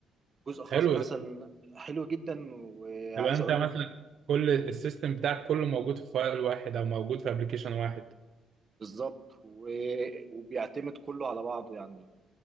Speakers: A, on the right; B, on the right.
A: جزء خاص
B: حلو
A: مثلا
B: ده
A: حلو جدا وعايز
B: تبقى انت
A: اقول
B: مثلا
A: لك
B: كل السيستم بتاعك كله موجود في فايل واحد او موجود في ابلكيشن واحد
A: بالظبط و- وبيعتمد كله على بعضه يعني